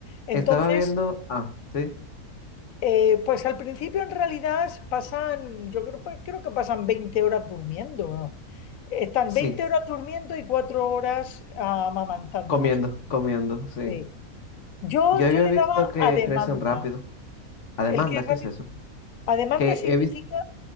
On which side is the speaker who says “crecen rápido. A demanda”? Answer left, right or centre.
Left